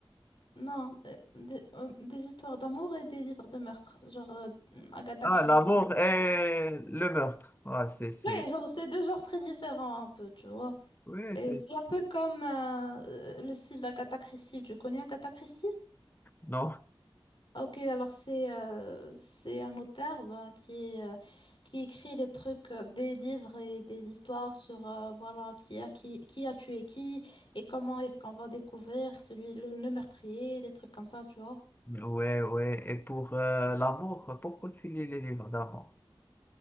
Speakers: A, on the left; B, on the left.
A: Non, euh, des, euh, des histoires d'amour et des livres de meurtre, genre euh, Agatha
B: Ah,
A: Christie.
B: l'amour et le meurtre. Ah, c'est, c'est.
A: Ouais, genre c'est deux genres très différents un peu, tu vois.
B: Oui,
A: Et
B: c'est.
A: c'est un peu comme euh, euh, le style d'Agatha Christie. Tu connais Agatha Christie?
B: Non.
A: Ok, alors c'est euh, c'est un auteur ben, qui euh, qui écrit des trucs, euh, des livres et des histoires sur euh, voilà qui a qui qui a tué qui et comment est-ce qu'on va découvrir celui le, le meurtrier, des trucs comme ça, tu vois.
B: Ouais, ouais. Et pour euh, l'amour, pourquoi tu lis les livres d'amour?